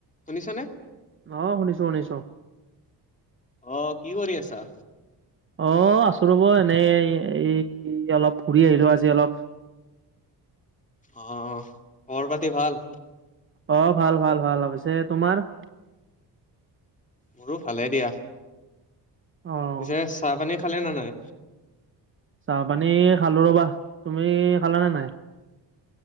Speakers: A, on the left; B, on the right.
A: শুনিছা নে?
B: অ', শুনিছোঁ-শুনিছোঁ।
A: অ', কি কৰি আছা?
B: অ', আছোঁ ৰ'ব এনেই এই অলপ ফুৰি আহিলোঁ আজি অলপ।
A: অ', খবৰ পাতি ভাল?
B: অ', ভাল-ভাল-ভাল পিছে তোমাৰ?
A: মোৰো ভালে দিয়া।
B: অ',
A: পিছে চাহ-পানী খালে নে নাই?
B: চাহ-পানী খালো ৰবা তুমি খালানে নাই?